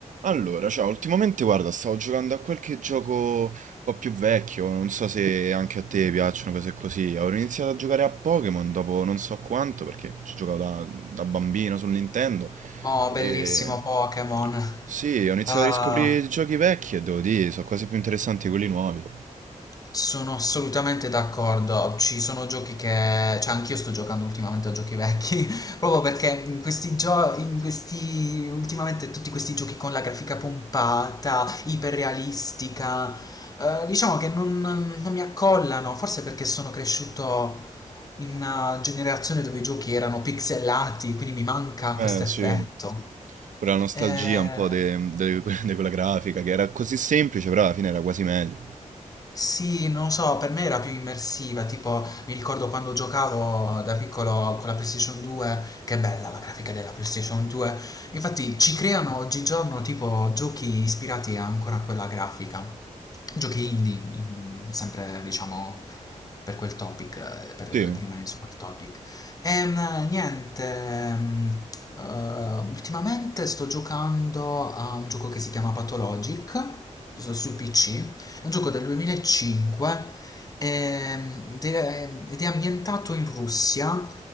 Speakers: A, on the right; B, on the left.
A: Allora, ciao, ultimamente guarda, stavo giocando a qualche gioco un po' più vecchio, non so se anche a te piacciono cose così. Avevo iniziato a giocare a Pokémon dopo non so quanto, perché ci giocavo da, da bambino sul Nintendo.
B: Oh, bellissimo
A: E...
B: Pokémon.
A: Sì, ho iniziato
B: Ah,
A: a riscoprire i giochi vecchi e devo dire, sono quasi più interessanti di quelli nuovi.
B: sono assolutamente d'accordo. Ci sono giochi che... Cioè, anch'io sto giocando ultimamente a giochi vecchi, <laughs> proprio perché in questi giochi, in questi... ultimamente tutti questi giochi con la grafica pompata, iperrealistica, eh, diciamo che non, non mi accollano, forse perché sono cresciuto in una generazione dove i giochi erano pixelati, quindi mi manca
A: Eh
B: questo effetto.
A: sì, pure la nostalgia
B: Eh...
A: un po' de- de- que- di quella grafica, che era così semplice, però alla fine era quasi meglio.
B: Sì, non lo so, per me era più immersiva, tipo mi ricordo quando giocavo da piccolo con la PlayStation 2, che bella la grafica della PlayStation 2, infatti ci creano oggigiorno tipo giochi ispirati ancora a quella grafica, giochi indie, mm, sempre diciamo per quel topic, eh, per, per
A: Sì,
B: rimanere su quel topic. Ehm, niente, ehm, eh, ultimamente sto giocando a un gioco che si chiama Pathologic su- sul PC, è un gioco del 2005 ehm, ed è ed è ambientato in Russia,